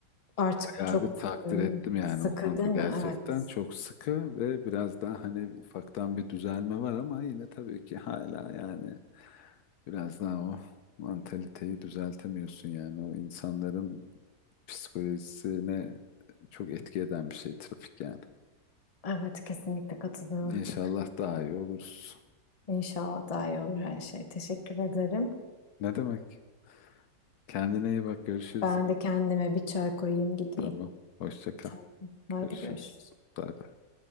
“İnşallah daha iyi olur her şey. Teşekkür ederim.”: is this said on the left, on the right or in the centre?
Left